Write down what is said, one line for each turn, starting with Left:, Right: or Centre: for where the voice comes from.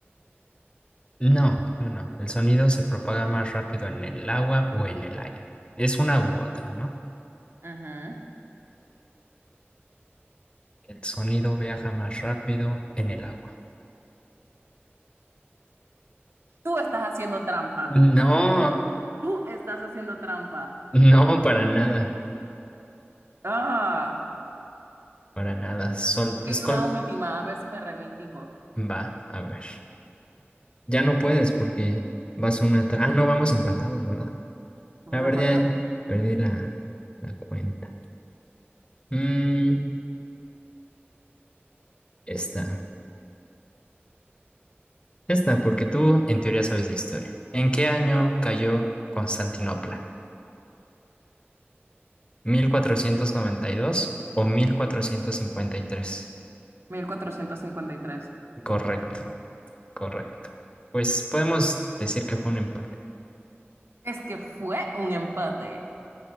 Left: No, no, no. El sonido se propaga más rápido en el agua o en el aire. Es una u otra, ¿no?
Right: Ujú.
Left: El sonido viaja más rápido en el agua.
Right: Tú estás haciendo trampa.
Left: No,
Right: Tú estás haciendo trampa.
Left: no, para nada,
Right: Ah,
Left: para nada. Sol,
Right: ok,
Left: es col-
Right: una última, a ver si me reivindico.
Left: va, a ver. Ya no puedes porque vas una... tra- Ah, no, vamos empatados, ¿verdad?
Right: Estamos
Left: La
Right: empatados.
Left: verdad, perdí la, la cuenta. Mm, esta, esta, porque tú en teoría sabes de historia. ¿En qué año cayó Constantinopla? 1492 o 1453.
Right: 1453.
Left: Correcto, correcto. Pues podemos decir que fue un empate.
Right: Es que fue un empate.